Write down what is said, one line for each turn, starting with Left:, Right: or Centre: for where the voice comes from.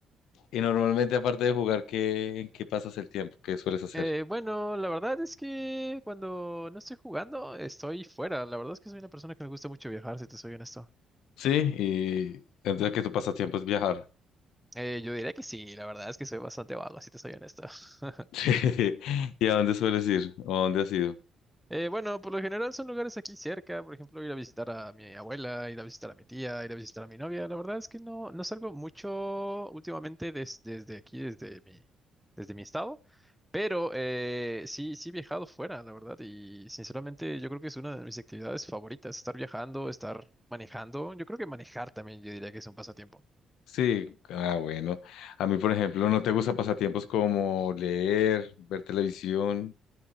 Left: Y normalmente aparte de jugar, ¿qué, en qué pasas el tiempo? ¿Qué sueles hacer?
Centre: Eh, bueno, la verdad es que cuando no estoy jugando, estoy fuera. La verdad es que soy una persona que me gusta mucho viajar, si te soy honesto.
Left: Sí, y entonces que tu pasatiempo es viajar. <laughs>
Centre: Eh, yo diría que sí, la verdad es que soy bastante vago, si te soy honesto. <laughs>
Left: Sí. ¿Y a dónde sueles ir? ¿O a dónde has ido?
Centre: Eh, bueno, por lo general son lugares aquí cerca, por ejemplo, ir a visitar a mi abuela, ir a visitar a mi tía, ir a visitar a mi novia. La verdad es que no, no salgo mucho últimamente des- desde aquí, desde mi, desde mi estado, pero eh, sí, sí he viajado fuera, la verdad, y sinceramente yo creo que es una de mis actividades favoritas, estar viajando, estar manejando. Yo creo que manejar también, yo diría que es un pasatiempo.
Left: Sí, ah, bueno. A mí, por ejemplo, no te gusta pasatiempos como leer, ver televisión.